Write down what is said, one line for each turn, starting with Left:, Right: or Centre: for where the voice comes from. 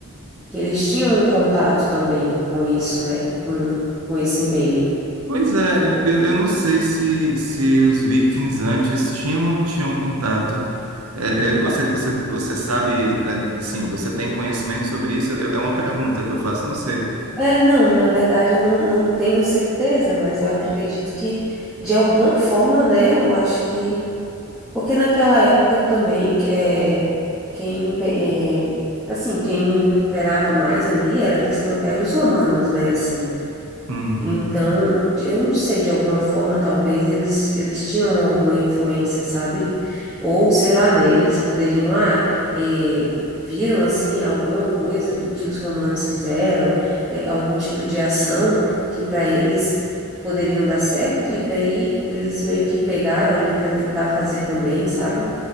Centre: que eles tinham um contato também com isso, né, com, com esse meio.
Right: Pois é,
Centre: Então,
Right: eu, eu não sei se, se os vikings antes tinham ou não tinham contato. É, é, você, você, você sabe, é, assim, você tem conhecimento sobre isso? É é uma pergunta que eu faço, não sei.
Centre: é, não, na verdade eu não, não tenho certeza, mas eu acredito que, de alguma forma, né, eu acho que Porque naquela época também, é, quem, pe- é, assim, quem imperava mais ali era a questão, eram os romanos, né, assim.
Right: Uhum.
Centre: Então, eu não sei, de alguma forma, talvez eles, eles tinham alguma influência, sabe? Ou, sei lá, né? Eles poderiam, ah, eh, viram, assim, alguma coisa do que os romanos fizeram, eh, algum tipo de ação que para eles poderiam dar certo, e daí eles meio que pegaram ali para tentar fazer também, sabe?